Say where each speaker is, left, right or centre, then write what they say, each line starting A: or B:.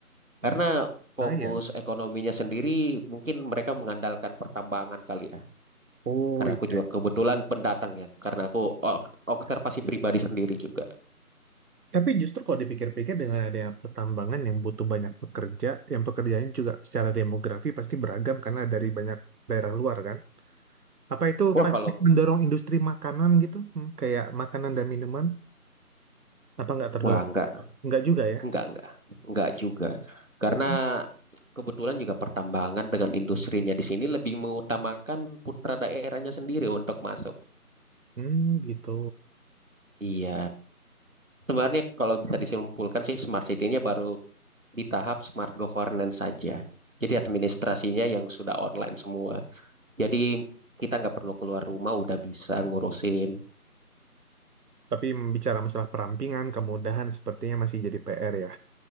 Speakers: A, on the right; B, on the right.
A: Karena fokus
B: sayang.
A: ekonominya sendiri mungkin mereka mengandalkan pertambangan kali ya.
B: Oh
A: Karena
B: iya.
A: aku juga kebetulan pendatang ya. Karena aku o- observasi pribadi sendiri juga.
B: Tapi justru kalau dipikir-pikir dengan adanya pertambangan yang butuh banyak pekerja, yang pekerjaannya juga secara demografi pasti beragam karena dari banyak daerah luar kan. Apa itu
A: Wah
B: paling
A: kalau
B: mendorong industri makanan gitu? Hmm, kayak makanan dan minuman? Apa nggak terdor?
A: wah enggak
B: Nggak juga ya?
A: Enggak, enggak. Enggak juga. Karena
B: Oh,
A: kebetulan juga pertambangan dengan industrinya di sini lebih mengutamakan putra daerahnya sendiri untuk masuk.
B: Hmm, gitu.
A: Iya. Sebenarnya kalau bisa disimpulkan sih smart city-nya baru di tahap smart governance saja. Jadi administrasinya yang sudah online semua. Jadi kita nggak perlu keluar rumah udah bisa ngurusin.
B: Tapi bicara masalah perampingan, kemudahan sepertinya masih jadi PR ya.